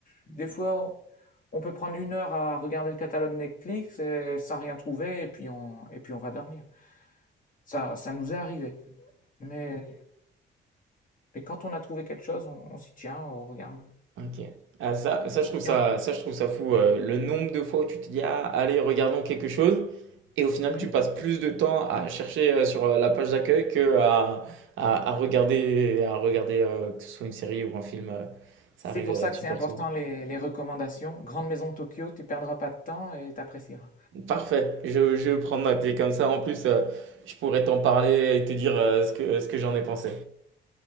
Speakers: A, on the left; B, on the right.
A: des fois, on, on peut prendre une heure à regarder le catalogue Netflix et, sans rien trouver, et puis on, et puis on va dormir. Ça, ça nous est arrivé. Mais Et quand on a trouvé quelque chose, on, on s'y tient, on regarde.
B: OK. Ah ça ça je trouve ça
A: Et on-
B: ça je trouve ça fou, heu, le nombre de fois où tu te dis: «Ah allez regardons quelque chose» et au final
A: Mhm.
B: tu passes plus de temps à chercher, heu, sur, heu, la page d'accueil qu'à à à à regarder à regarder, heu, que ce soit une série ou un film, heu, ça
A: C'est
B: arrive,
A: pour
B: heu,
A: ça que
B: super
A: c'est important
B: souvent.
A: les, les recommandations. Grande Maison de Tokyo, tu perdras pas de temps et t'apprécieras.
B: Parfait, je je prends note et comme ça en plus, heu, je pourrais t'en parler et te dire, heu, ce que ce que j'en ai pensé.